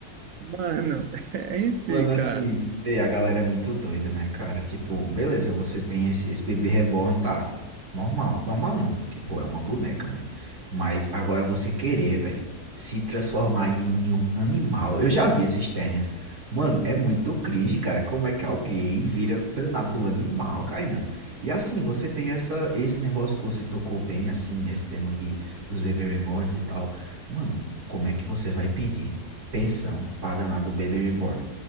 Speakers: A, on the right; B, on the right.
A: Mano, <laughs> enfim,
B: Mano,
A: cara,
B: assim, ei, a galera é muito doida, né, cara? Tipo, beleza, você tem esse, esse bebê reborn, tá? Normal, normal não, porque, pô, é uma boneca, né? Mas agora você querer, velho, se transformar em um, em um animal. Eu já vi esses tênis. Mano, é muito cringe, cara. Como é que alguém vira danado animal, Kainan? E assim, você tem essa, esse negócio que você tocou bem, assim, nesse tema de, dos bebê reborns e tal. Mano, como é que você vai pedir pensão pra danado bebê reborn?